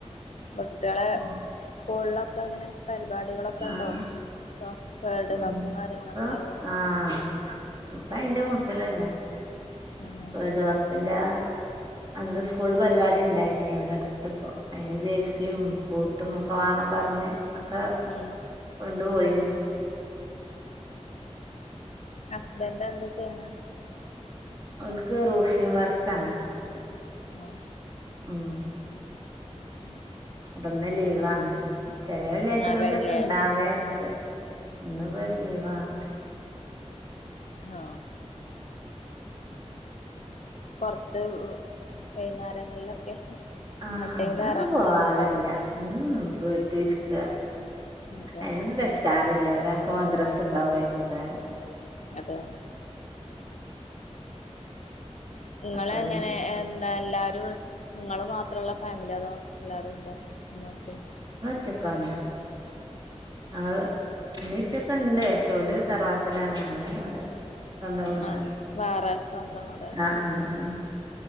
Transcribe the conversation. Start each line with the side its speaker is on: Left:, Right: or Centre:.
Left: കുട്യളെ
Right: ഉം
Left: ള്ളൊക്കെ അങ്ങനെ പരിപാടികളൊക്കെ
Right: ആഹ്
Left: ഇണ്ടോ ഇപ്പൊ വേൾഡ്
Right: ഉം
Left: കപ്പും കാര്യങ്ങളൊക്കെ
Right: ഇപ്പൊ
Left: ആയതോണ്ട്
Right: ആഹ് ഇപ്പ ഐന്റെ മൂട്ടിലന്നെ
Left: ഉം
Right: വേൾഡ് കപ്പിന്റെ ആ അന്ന് സ്കൂള്ള് പരിപാടി ഇണ്ടായിന് ഇവിടെ അടുത്ത്പ്പോ ഐന് ജേഴ്സിയും ബൂട്ടും ഒക്കെ വാണം പർഞ്ഞ് ആക്കെ
Left: ഉം
Right: കൊണ്ടു പോയീനി
Left: ഹസ്ബൻഡ് എന്താ ചെയ്യ്ണെ
Right: അവര്ക്ക് റൂഫി വർക്കാണ്
Left: ഉം
Right: ഉം
Left: ഉം
Right: അപ്പന്ന് ലീവാണ് ചെല വെള്ളിയാഴ്ചകളിലൊക്കെ
Left: ആഹ് വെള്ളിയാഴ്ച
Right: ഇണ്ടാവേണ്ട് ഇന്ന്പ്പാ ലീവാണ്
Left: ആ പൊർത്ത് വൈന്നേരങ്ങളിലൊക്കെ
Right: ആഹ്
Left: എങ്ങട്ടേല്
Right: അങ്ങനൊന്നും
Left: എറങ്ങാറ്ണ്ടോ
Right: പോവാറില്ല ഉം വീട്ടിര്ക്ക
Left: അതെ
Right: ഐനൊന്നും പറ്റാറില്ല ഒരാക്ക് മദ്രസ്ണ്ടാവും വൈകുന്നാരം
Left: അതെ ഇങ്ങളെങ്ങനെ
Right: അപ്പൊ പിന്നെ
Left: എന്താ എല്ലാ ഇങ്ങള് മാത്രള്ള ഫാമിലൊ അതോ എല്ലാരുണ്ടോ ഇമ്മിഇപ്പിം
Right: ഒറ്റക്കാണ് ഞങ്ങള് ഇമ്മി ഇപ്പൊക്കെണ്ട് പക്ഷെ ഓല് തറവാട്ടിലാണ് ഞങ്ങള് ഇവടെ സ്വന്തം വീടാണ്
Left: ആഹ് വേറെ സ്വന്തം വീടായിട്ട്
Right: ആ ആ ആ